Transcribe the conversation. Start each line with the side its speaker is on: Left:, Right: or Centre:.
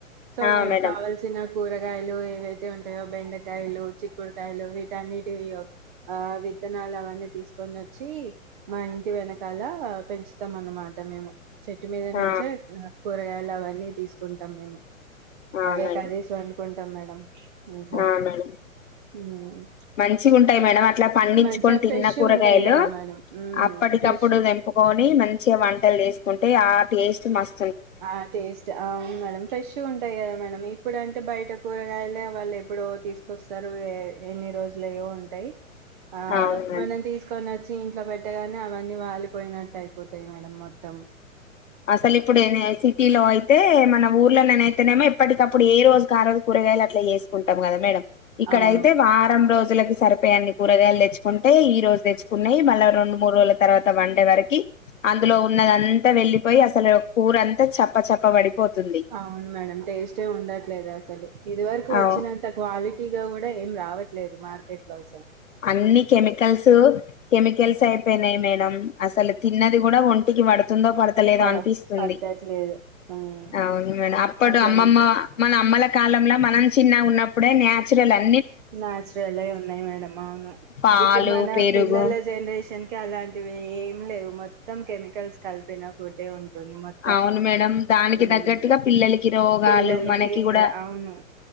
Right: సో
Left: ఆ
Right: మేం
Left: మేడం
Right: కావాల్సిన కూరగాయలు ఏవైతే ఉంటాయో బెండకాయలు చిక్కుడుకాయలు వీటన్నిటి ఆ విత్తనాలు అవనా తీసుకొని వచ్చి మా ఇంటి వెనకాల పెంచుతాం అన్నమాట మేము చెట్టు మీద
Left: ఆ
Right: నుంచే కూరగాయలు అవన్నీ తీసుకుంటాం మేము
Left: ఆ
Right: అవే
Left: మేడం
Right: కరిసొన్ కుంటాం మేడం ఇంట్లో
Left: ఆ మేడం
Right: ఉమ్
Left: మంచిగా ఉంటాయి మేడం అట్లా పండించుకొని
Right: మంచిగా
Left: తిన్న
Right: ఫ్రెష్
Left: కూరగాయలు
Right: ఉంటాయి కదా మేడం ఉమ్
Left: అప్పటికప్పుడు
Right: ఫ్రెష్
Left: తెంపుకొని మంచిగా వంట లు వేసుకుంటే ఆ టేస్ట్ మస్
Right: ఆ టేస్ట్ అవును మేడం ఫ్రెష్గ గ ఉంటాయి కదా మేడం ఇప్పుడుంటే బయట కూరగాయలే వాళ్ళు ఎప్పుడో తీసుకొస్తారు ఎన్ని రోజులువో ఉంటాయి ఆ
Left: అవును మేడం
Right: మనం తీసుకొని వచ్చ ఇంట్లో పెట్టగానే అవన్నీ వాలిపోయినట్టు అయిపోతాయి మేడం మొత్తం
Left: అసలు ఇప్పుడు ఏ సిటీలో అయితే మన ఊర్లోనేనైతేనేమో ఇప్పటికప్పుడు ఏ రోజు ఆ రోజు కూరగాయలు అట్లా చేసుకుంటాం కదా మేడం ఇక్కడ
Right: అవును
Left: అయితే వారం రోజులకి సరిపోయాన్ని కూరగాయలు తెచ్చుకుంటే ఈ రోజు తెచ్చుకున్నాయి మళ్ళా రెండు మూడు రోజుల తర్వాత వన్డే వరకి అందులో ఉన్నద అంతా వెళ్లి పోయ్ అసలు కూర అంత చప్ప చప్ప పడిపోతుంది
Right: అవును మేడం టేస్టే ఉండట్లేదు అసలు ఇది వరకు
Left: అవు
Right: వచ్చినంత క్వాలిటీ ఇక కూడా ఏం రావట్లేదు మార్కెట్ లో ఆసలు
Left: అన్ని కెమికల్స్ కెమికల్స్ అయిపోయినాయి మేడం అసలు తిన్నది కూడా ఉ ంటికి తుందో పడతలేదో
Right: ప
Left: అనిపిస్తుంది
Right: పట్టట్లేదు ఉమ్,
Left: అవును మేడం అప్పడు
Right: అసలు
Left: అమ్మమ్మ మన అమ్మల కాలంలో మనం చిన్నగా ఉన్న ప్పుడే న్యాచురల్ అ
Right: నాచురల్ ఉన్నాయి మేడమ్మా అవును
Left: పాలు
Right: ఇప్పుడు మన
Left: పెరుగు
Right: పిల్లల జనరేషన్ కి అలాంటివి ఏ లేవు మొత్తం కెమికల్స్ కలిపిన ఫుడ్డే ఉంటుంది మొత్తం
Left: అవును మేడం దానికి
Right: ఉమ్,
Left: తగ్గట్టుగా పిల్లలకి రోగాలు
Right: పిల్లలకి
Left: మనకి కూడా
Right: అవును